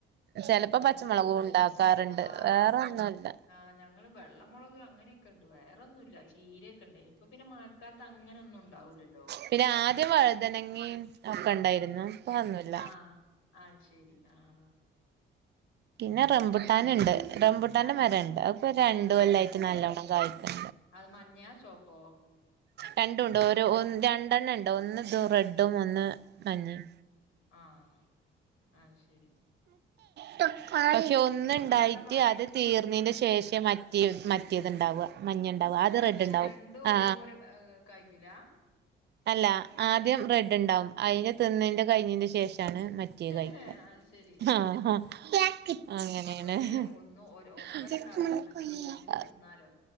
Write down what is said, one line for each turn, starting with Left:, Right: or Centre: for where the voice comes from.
Right: ചെലപ്പോ
Left: അങ്ങൻത്തന്നെ
Right: പച്ചമുളകും ഉണ്ടാക്കാറുണ്ട്.
Left: ആഹ്
Right: വേറെ ഒന്നും ഇല്ല.
Left: ആഹ് ഞങ്ങളും വെള്ളം മുളക് അങ്ങനെയൊക്കെണ്ട് വേറെന്നും ഇല്ല ചീരയൊക്കെ ഉണ്ട് ഇപ്പൊ പിന്നെ മഴക്കാലത്ത് അങ്ങനെ ഒന്നും ഉണ്ടാവൂല്ലല്ലോ.
Right: പിന്നെ ആദ്യം വഴുതനങ്ങേം ഒക്കെ ണ്ടായിരുന്നു.
Left: ഉം
Right: ഇപ്പൊ ഒന്നുല്ല
Left: ആഹ് ആത് ശെരി ആഹ്
Right: പിന്നെ റംബുട്ടാന്ണ്ട് റംബുട്ടാന്റെ
Left: ആണോ
Right: മരെണ്ട് അത്പ്പൊ രണ്ട്
Left: ആഹ്
Right: കൊല്ലായിട്ട് നല്ലോണം കായ്ക്ക്ണ്ട്
Left: അത് മഞ്ഞാ ചോപ്പോ
Right: രണ്ടും ഉണ്ടോ ഒരു ഒന്ന് രണ്ടെണ്ണ ഉണ്ട് ഒന്ന് ഇതും റെഡും ഒന്ന് മഞ്ഞിമ്.
Left: ആഹ് അത് ശരി.
Right: <unintelligible> പക്ഷെ ഒന്നുണ്ടായിട്ട്
Left: കുട്ടികളെന്താ പറയുന്നെ
Right: അത് തീർന്നതിന്
Left: ആഹ്
Right: ശേഷം മ <unintelligible> <unintelligible> മറ്റേത് ണ്ടാവാ മഞ്ഞ <unintelligible> <unintelligible>
Left: ഏഹ്
Right: അത് റെഡ്
Left: ശരി
Right: ഉണ്ടാവും
Left: രണ്ടും
Right: ആ
Left: ഒരേപോലെ ഏ, കായ്ക്കൂല
Right: അല്ല ആദ്യം റെഡ്
Left: ഏഹ്
Right: ഉണ്ടാവും <unintelligible> തിന്നതിന്റെ കഴിഞ്ഞതിന്റെ ശേഷമാണ് മറ്റ മറ്റെ
Left: അത്
Right: കഴിക്ക
Left: ശരി.
Right: <unintelligible>
Left: ആഹ്.
Right: <inaudible> അങ്ങനെയാണ്
Left: അതുകൊണ്ട്
Right: <inaudible>
Left: ഒന്നും ഒരു
Right: <unintelligible>
Left: ഒപ്പരം ഉണ്ടാവില്ലല്ലോ. നല്ല ഡിമാൻഡില് തിന്നാലോ.